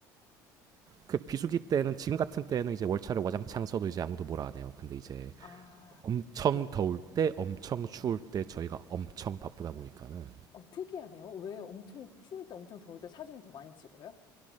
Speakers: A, on the right; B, on the left.
A: 그 비수기 때는 지금 같은 때는 이제 월차를 와장창 써도 이제 아무도 뭐라 안 해요 근데 이제
B: 아,
A: 엄청
B: 네.
A: 더울 때 엄청 추울 때 저희가 엄청 바쁘다 보니까는
B: 어, 특이하네요. 왜 엄청 추울 때 엄청 더울 때 사진을 더 많이 찍어요?